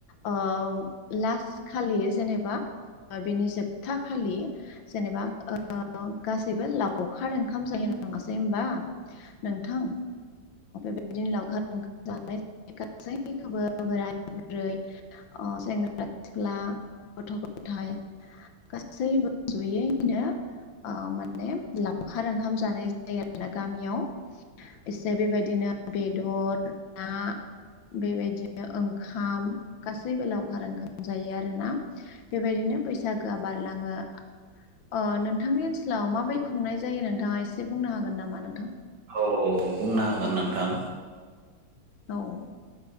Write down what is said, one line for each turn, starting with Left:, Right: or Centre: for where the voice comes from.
Left: ओ लास खालि जेनेबा बेनि जोबथा खालि जेनेबा ओ गासैबो लावखार ओंखाम जालाय नङासै होनबा नोंथां। बेदिनो लावखार लखार जानाय गासैखौबो बोराय बुरै। अ सेंग्रा। सिख्ला गथ' गथायाइ गासैबो ज'यैनो। ओ माने लावखार ओंखाम जानाय जायो आरोना गामियाव। एसे बेबायदिनो बेदर ना बेबायदिनो ओंखाम गासैबो बेलावखार ओंखाम जायो आरो ना बेबायदिनो बैसागोआ बारलाङो। ओ नोंथांनि ओनसोलाव माबै खुंनाय जायो नोंथाङा एसे बुंनो हागोन नामा नोंथां?
Right: औ औ बुंनो होगोन नोंथां।
Left: औ।